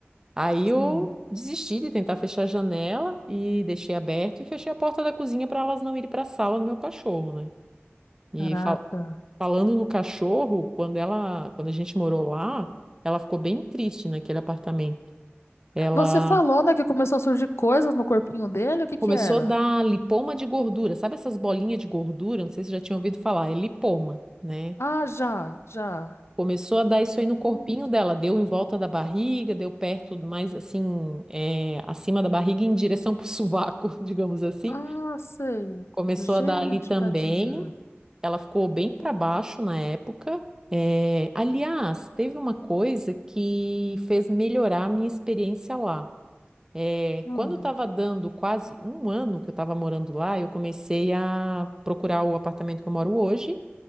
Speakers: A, on the right (about 15°); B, on the left (about 80°).
A: Aí
B: Sim.
A: eu desisti de tentar fechar a janela e deixei aberto e fechei a porta da cozinha para elas não irem para a sala do meu cachorro, né? E
B: Caraca.
A: fal- falando no cachorro, quando ela, quando a gente morou lá, ela ficou bem triste naquele apartamento. Ela
B: Você falou, né, que começou a surgir coisas no corpinho dele? O que
A: começou
B: que era?
A: a dar lipoma de gordura, sabe essas bolinhas de gordura? Não sei se você já tinha ouvido falar, é lipoma, né?
B: Ah, já, já.
A: Começou a dar isso aí no corpinho
B: Gente.
A: dela, deu em volta da barriga, deu perto, mais assim, eh, acima da barriga, em direção pro <laughs> sovaco, digamos assim.
B: Ah, sei.
A: Começou
B: Gente,
A: a dar ali também.
B: tadinha.
A: Ela ficou bem para baixo na época. É, aliás, teve uma coisa que fez melhorar a minha experiência lá. É,
B: Ah.
A: quando estava dando quase um ano que eu estava morando lá, eu comecei a procurar o apartamento que eu moro hoje